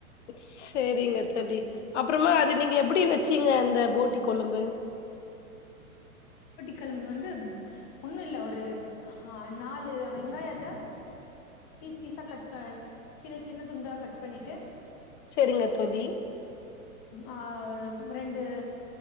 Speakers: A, on the left; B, on the left.
A: சேரிங்க தோழி அப்புறமா அது நீங்க எப்படி வெச் சீங்க அந்த போட்டி கொழம்பு
B: குழம்பு வந்து ஒன்னுல்ல ஒரு ஆஹ நாலு வெங்காயத்த பீஸ் பீஸா கட் ப சின்ன சின்ன துண்டா கட் பண்ணிட்டு
A: சேரிங்க தோழி
B: ஆஹ் ரெண்டு